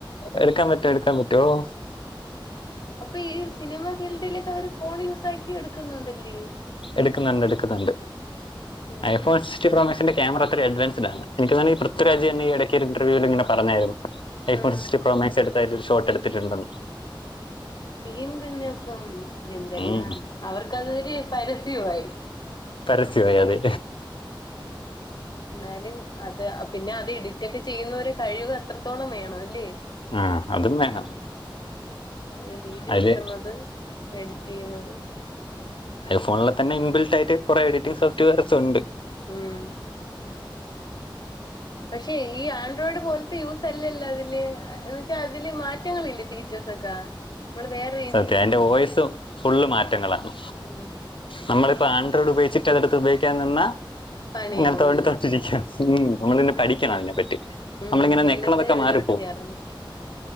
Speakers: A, on the left; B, on the left.
A: എടുക്കാൻ പറ്റും എടുക്കാൻ പറ്റും ഓ
B: അപ്പൊ ഈ സിനിമ ഫീൽഡിലൊക്കെ അവര് ഫോൺ യൂസാക്കി എടുക്കുന്നുണ്ടല്ലേ
A: എടുക്കുന്നുണ്ട് എടുക്കുന്നുണ്ട്
B: ഓ
A: ഐ ഫോൺ സിക്സ്റ്റി പ്രോ മാക്സിന്റെ ക്യാമറ അത്രയും അഡ്വാൻസ്ഡ് ആണ് എനിക്ക് തോന്ന്ണെ ഈ പൃഥ്വിരാജ് തന്നെ ഈ ഇടക്ക് ഒരു ഇന്റർവ്യൂവിൽ ഇങ്ങനെ പറഞ്ഞായിരുന്നു ഐ
B: ആഹ്
A: ഫോൺ സിക്സ്റ്റി പ്രോമാക്സ് എടുത്തതായിട്ട് ഒരു ഷോർട്ട് എടുത്തിട്ടുണ്ടോ
B: സീൻ തന്നെ അപ്പം എന്തെല്ലാം
A: ഉം
B: അവർക്ക് അതൊരു പരസ്യമായി
A: പരസ്യമായി അതെ
B: <inaudible> എന്നാലും അത് പിന്നെ അത് എഡിറ്റ് ഒക്കെ ചെയ്യുന്നവരെ കഴിവ് അത്രത്തോളം വേണം അല്ലേ
A: ആഹ അതും വേണം
B: അത് വീഡിയോ
A: അതില്
B: എടുക്കുന്നത് എഡിറ്റ് ചെയ്യുന്നത്
A: ഐഫോണിൽ തന്നെ ഇൻബിൽട്ടായിട്ട് കുറേ എഡിറ്റിംഗ് സോഫ്‌റ്റ്‌ വെയർസ് ഉണ്ട്
B: ഉം പക്ഷെ ഈ ആൻഡ്രോയിഡ് പോലത്തെ യൂസ് അല്ലല്ലോ അതില് എന്ന് വെച്ചാൽ അതില് മാ റ്റങ്ങളില്ലേ ഫീച്ചേഴ്സ് ഒക്കെ നമ്മൾ വേറെ
A: സത്യ അതിൻ്റെ വോയ്സ് ഫുള്ള് മാറ്റങ്ങളാണ്
B: ഉം
A: നമ്മളിപ്പോൾ ആൻഡ്രോയിഡ് ഉപയോഗിച്ചിട്ട് അത് എടുത്ത് ഉപയോഗിക്കാൻ നിന്നാ
B: പണിയാവൂല്ലേ
A: അങ്ങനെ <unintelligible> തൊട്ടിരിക്കും ഉം നമ്മളിന്നെ പഠിക്കണം അതിനെപ്പറ്റി
B: ഉം
A: നമ്മളിങ്ങനെ നെക്കണതൊക്കെ
B: എന്നിട്ട് ഇതിലോട്ട്
A: മാറിപ്പോവും
B: കേറാൻ പറ്റും